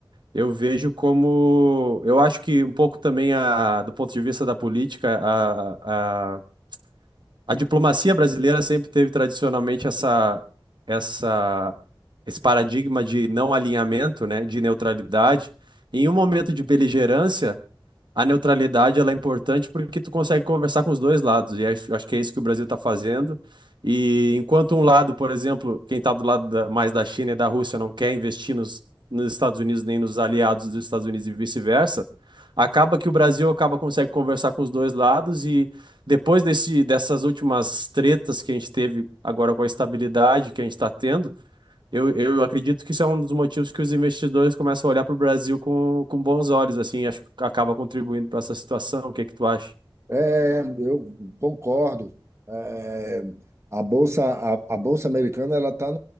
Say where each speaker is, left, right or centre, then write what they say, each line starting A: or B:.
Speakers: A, on the right; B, on the right.
A: Eu vejo como, eu acho que um pouco também a, do ponto de vista da política, a A diplomacia brasileira sempre teve tradicionalmente essa, essa, esse paradigma de não alinhamento, né, de neutralidade. Em um momento de beligerância, a neutralidade ela é importante porque tu consegue conversar com os dois lados, e acho, acho que é isso que o Brasil está fazendo. E enquanto um lado, por exemplo, quem está do lado da- mais da China e da Rússia não quer investir nos, nos Estados Unidos nem nos aliados dos Estados Unidos e vice-versa, acaba que o Brasil acaba consegue conversar com os dois lados e depois desse, dessas últimas tretas que a gente teve agora com a estabilidade que a gente está tendo eu, eu acredito que isso é um dos motivos que os investidores começam a olhar para o Brasil com, com bons olhos, assim, acho que acaba contribuindo para essa situação. O que que tu acha?
B: é, eu concordo. É, a bolsa, a, a bolsa americana ela está